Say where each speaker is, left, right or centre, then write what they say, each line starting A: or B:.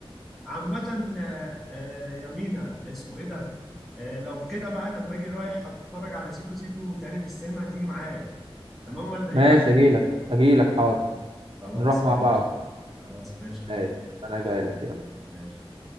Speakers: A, in the centre; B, on the right (about 65°).
A: عامة آه، آه، يمينة اسمه ايه ده آه، لو كده بقى لما اجي رايح هتفرج على سيكو سيكو تاني في السينما هتيجي معايا تمام ولا
B: ماشي
A: ايه
B: أجيلك أجيلك حاضر
A: خلاص
B: نروح مع
A: ماشي
B: بعض
A: خلاص ماشي يا
B: ماشي
A: مين
B: أنا جايلك يلا
A: ماشي